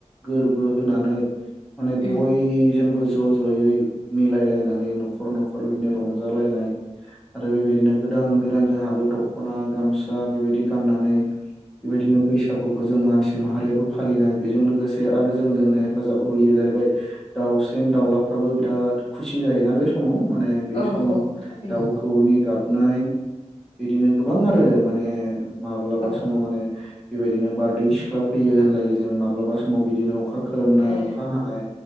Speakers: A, in the centre; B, on the left.
A: गोरबो होनानै माने
B: उम
A: बयजोंबो ज' ज'यै मिलायलायनानै न'खर न'खर बिदिनो रंजालायनाय आरो बेबायदिनो गोदान गोदान जोंहाबो दख'ना गामसा बेबायदि गाननानै बेबायदिनो बैसागुखौ जों मानसि माहारियाबो फालिनाय बेजों लोगोसे आरो जोंजोंनो हेफाजाब होयो जाय बाय दाउसेेन दाउलाफ्राबो दा खुसि जायोना बे समाव माने बे
B: औ
A: समाव
B: औ थारैनो
A: दाउखौनि गाबनाय बिदिनो गोबां आरो माने माब्लाबा
B: औ
A: समाव माने बेबायदिनो बारदै सिख्ला फैयो होनलायो जों माब्लाबा समाव बिदिनो अखा खोरोमनाय
B: औ
A: अखा हानाय